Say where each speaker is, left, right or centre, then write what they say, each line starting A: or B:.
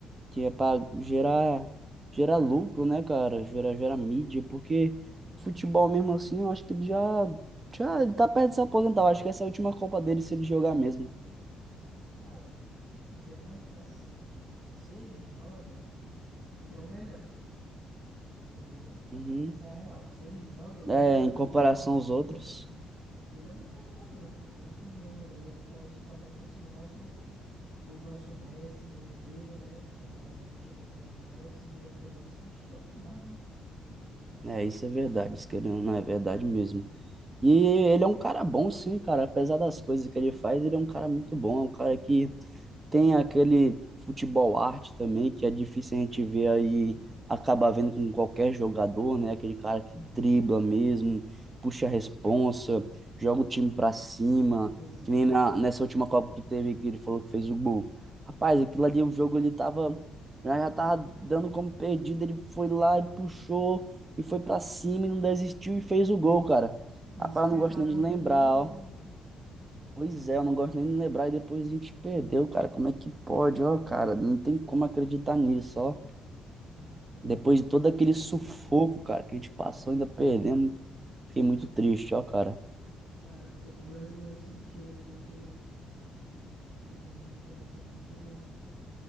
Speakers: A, on the right; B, on the right.
A: que é para gerar,
B: Gerar
A: gerar lucro,
B: mídia.
A: né, cara? Gerar, gerar mídia, porque
B: Hum,
A: futebol mesmo assim, eu acho que ele já, já ele tá perto de se aposentar. Eu acho que essa é a última Copa dele se ele jogar mesmo.
B: cara, pois é, mas assim, se ele joga, ele é o melhor. entendeu? Pra
A: Uhum.
B: mim essa é a real. Se ele joga, ele
A: É,
B: é o melhor
A: em
B: do
A: comparação
B: time, entendeu?
A: aos outros.
B: Porque ele é um fenômeno, cara. Ele é um fenômeno. Ele é praticamente assim o nosso o nosso Messi brasileiro, né? Como a Argentina tem o Messi de referência, a gente tem o Neymar, né?
A: É, isso é verdade, isso querendo, ou não é verdade mesmo. E ele é um cara bom, sim, cara. Apesar das coisas que ele faz, ele é um cara muito bom. É um cara que Tem aquele futebol arte também, que é difícil a gente ver aí, acaba vendo com qualquer jogador, né? Aquele cara que dribla mesmo, puxa a responsa, joga o time pra cima,
B: Exato.
A: que nem na- nessa última Copa que tu teve, que ele falou que fez o gol. Rapaz, aquilo ali, o jogo, ele tava, já, já tava dando como perdido, ele foi lá e puxou, e foi pra cima, e não desistiu, e fez o gol, cara.
B: E
A: Rapaz,
B: Isso porque
A: eu não
B: ele
A: gosto
B: tava
A: nem
B: voltando
A: de lembrar,
B: de lesão
A: ó.
B: ali, né?
A: Pois é, eu não gosto nem de lembrar e depois a gente perdeu, cara. Como é que pode, ó, cara? Não tem como acreditar nisso, ó.
B: Então,
A: Depois
B: cara,
A: de todo aquele sufoco, cara, que a gente passou, ainda perdemos. Fiquei muito triste, ó, cara.
B: cara, todo brasileiro sentiu ali naquele, aquele momento, ele foi muito,